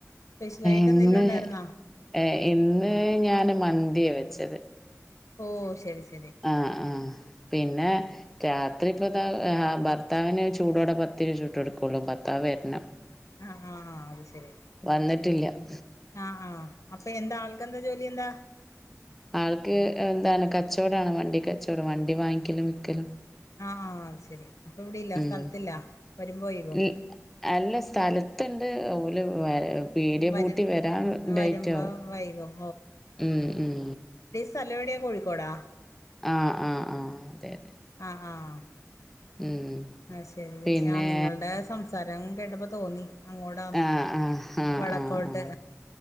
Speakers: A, on the left; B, in the centre.
A: സ്പെഷ്യലായിട്ട്
B: ഇന്ന്
A: എന്തെലും ഒണ്ടാരുന്നോ
B: ഏഹ് ഇന്ന് ഞാൻ മന്തിയാ വെച്ചത്
A: ഓഹ് ശെരി ശെരി
B: ആഹ് ആഹ് പിന്നെ രാത്രി ഇപ്പതാ ഭർത്താവിന് ചൂടോടെ പത്തിരു ചൂട്ട് കൊടുക്കുള്ളൂ ഭർത്താവ് വര്ന്നം
A: ആഹ് ആഹ് അത് ശെരി
B: വന്നിട്ടില്ല
A: ഉം ആഹ് ആ ഹ് അപ്പെ എന്താ ആൾക്കെന്താ ജോലി എന്താ?
B: ആൾക്ക് എന്താണ് കച്ചോടവാണ് വണ്ടി കച്ചവടം വണ്ടി വാങ്ങിക്കലും വിക്കലും
A: ആഹ് അത് ശെരി ഇപ്പ ഇവടില്ല
B: ഉം.
A: സ്ഥലത്തില്ല വരുമ്പോ വൈകോ
B: ഇ അല്ല സ്ഥലത്ത്ണ്ട് ഓല് വരു പീടിയ
A: വരും
B: പൂട്ടി വരാൻ ലെറ്റാവും
A: വരുമ്പോ വൈകും
B: ഉം ഉം
A: സ്ഥലവെടയാ കോഴിക്കോടാ
B: ആഹ് ആഹ് ആഹ് അതെ അതെ
A: ആഹ് ആഹ്
B: ഉം
A: അത് ശെരി ശെരി
B: പിന്നെ
A: ആ നിങ്ങൾടെ സംസാരം കേട്ടപ്പോ തോന്നി അങ്ങോട്ടാന്ന്
B: ആഹ് ആഹ് ആഹ്
A: വടക്കോട്ട്
B: ആഹ് ആഹ്.